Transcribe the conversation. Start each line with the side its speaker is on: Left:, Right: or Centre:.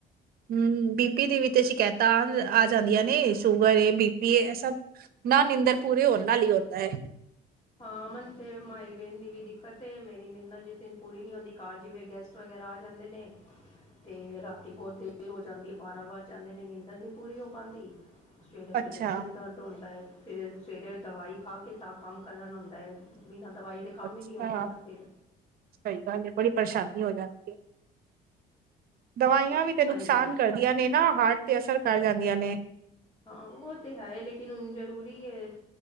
Right: ਹਮ ਬੀਪੀ ਦੇ ਵਿੱਚ ਸ਼ਿਕਾਇਤਾ ਆ ਆ ਜਾਂਦੀਆ ਨੇ ਸ਼ੂਗਰ ਏ ਬੀਪੀ ਏ ਇਹ ਸਭ ਨਾ ਨਿੰਦਰ ਪੂਰੇ ਹੋਨ ਨਾਲ ਹੀ ਹੁੰਦਾ।
Left: ਹ ਮਨ ਤੇ ਮਾਈਗ੍ਰੇਨ ਦੀ ਵੀ ਦਿੱਕਤ ਹੈ ਮੇਰੀ ਨਿੰਦਰ ਜਿਸ ਦਿਨ ਪੂਰੀ ਨੀ ਹੁੰਦੀ ਘਰ ਜਿਵੇਂ ਗੈਸਟ ਵਗੈਰਾ ਆ ਜਾਂਦੇ ਨੇ। ਤੇ ਰਾਤੀ ਬਹੁਤ ਦੇਰ ਹੋ ਜਾਂਦੀ ਐ ਬਾਰਾ ਵੱਜ ਜਾਂਦੇ ਦੇ ਨੇ ਨੀਦਰ ਨੀ ਪੂਰੀ ਹੋ ਪਾਂਦੀ ਸਵੇਰੇ
Right: ਅੱਛਾ,
Left: ਫਿਰ ਸਿਰ ਦਰਦ ਹੁੰਦਾ ਹੈ ਫਿਰ ਸਵੇਰੇ ਦਵਾਈ ਖਾ ਕੇ ਤਾ ਕੰਮ ਕਰਨ ਹੁੰਦਾ ਏ ਬਿਨਾ ਦਵਾਈ ਦੇ ਕੰਮ
Right: ਅੱਛਾ
Left: ਹੀ ਨਹੀਂ ਹੋ ਪਾਂਦਾ ਫਿਰ।
Right: ਸਹੀ ਗੱਲ ਹੈ ਬੜੀ ਪਰੇਸ਼ਾਨੀ ਹੋ ਜਾਂਦੀ ਹੈ। ਦਵਾਈਆਂ ਵੀ ਤੇ ਨੁਕਸਾਨ
Left: ਹਾਂਜੀ।
Right: ਕਰਦੀਆਂ ਨੇ ਨਾ ਹਾਰਟ ਤੇ ਅਸਰ ਕਰ ਜਾਂਦੀਆਂ ਨੇ।
Left: ਹਾ ਓਹ ਤੇ ਹੈਏ ਲੇਕਿਨ ਹੁਣ ਜ਼ਰੂਰੀ ਏ।